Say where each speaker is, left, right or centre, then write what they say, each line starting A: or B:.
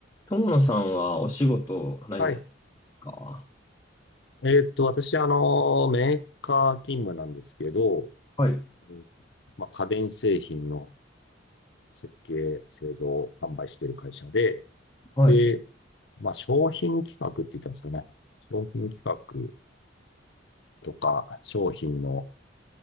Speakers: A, on the left; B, on the left.
A: 友野さんはお仕事何され
B: はい。
A: ますか
B: えーっと、私、あの、メーカー勤務なんですけど、
A: はい。
B: うんまあ、家電製品の設計、製造、販売している会社で、
A: はい。
B: で、まあ、商品企画って言ったんですかね。商品企画とか、商品の、